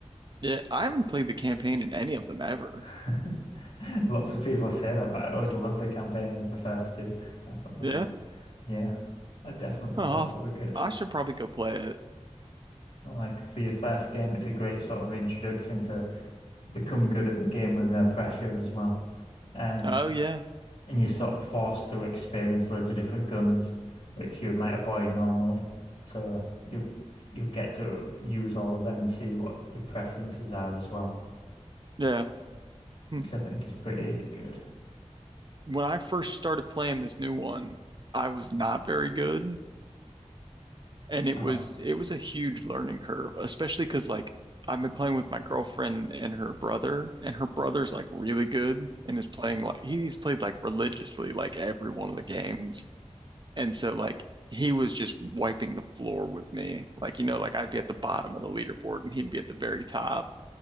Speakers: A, on the right; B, on the left.
A: Yeah, I haven't played the campaign in any of them ever.
B: <laughs> Lots of people say that, but I always loved the campaign of the first two. I thought they
A: Yeah,
B: were, yeah, I definitely
A: oh,
B: thought
A: I'll-
B: they were good.
A: I should probably go play it.
B: Like for your first game, it's a great sort of introduction to become good at the game with no pressure as well. And
A: Oh yeah,
B: and you're sort of forced to experience loads of different guns, which you might avoid normally. So you you'll get to use all of them and see what your preferences are as well,
A: yeah. Hmm.
B: which I think is pretty good.
A: When I first started playing this new one, I was not very good, and it
B: Oh,
A: was it was a huge learning curve, especially because like I've been playing with my girlfriend and her brother, and her brother's like really good and is playing like he's played like religiously like every one of the games. And so like he was just wiping the floor with me. Like, you know, like I'd be at the bottom of the leaderboard and he'd be at the very top.